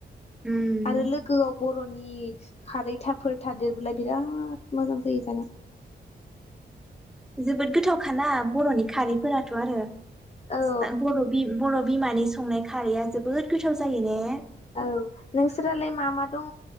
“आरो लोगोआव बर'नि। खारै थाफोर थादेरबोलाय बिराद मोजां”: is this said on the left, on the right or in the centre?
Left